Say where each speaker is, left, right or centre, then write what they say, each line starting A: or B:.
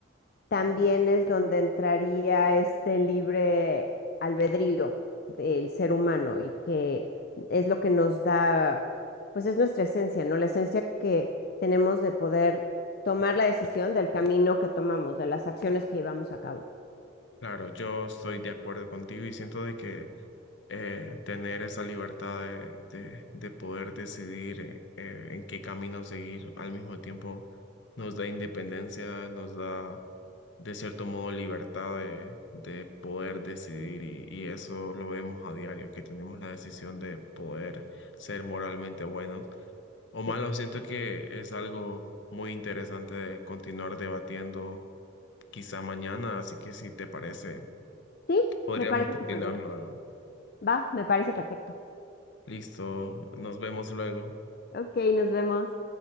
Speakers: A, on the left (about 50°); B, on the left (about 65°).
A: también es donde entraría este libre albedrío del ser humano y que es lo que nos da, pues es nuestra esencia, ¿no? La esencia que tenemos de poder tomar la decisión del camino que tomamos, de las acciones que llevamos a cabo.
B: Claro, yo estoy de acuerdo contigo y siento de que eh, tener esa libertad de, de- de poder decidir eh, eh, en qué camino seguir al mismo tiempo nos da independencia, nos da de cierto modo libertad de, de poder decidir y, y eso lo vemos a diario, que tenemos la decisión de poder ser moralmente buenos o malos.
A: Sí.
B: Siento que es algo muy interesante de continuar debatiendo quizá mañana, así que si te parece,
A: Sí,
B: podríamos
A: me parece
B: continuar
A: súper bien.
B: luego.
A: Va, me parece perfecto.
B: Listo, nos vemos luego.
A: Ok, nos vemos.